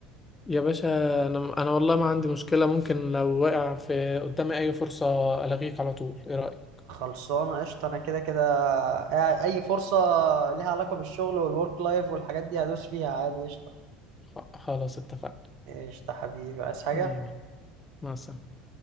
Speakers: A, on the left; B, on the right.
A: يا باشا انا انا والله ما عندي مشكلة ممكن لو واقع في قدامي اي فرصة الغيك على طول ايه رأيك
B: خلصانه قشطه انا كده كده قاعد- اي فرصه ليها علاقه بالشغل والورك لايف والحاجات دي هدوس فيها عادي قشطه
A: خ- خلاص اتفقنا
B: قشطه حبيبي عايز حاجه
A: مية مية. مع السلامة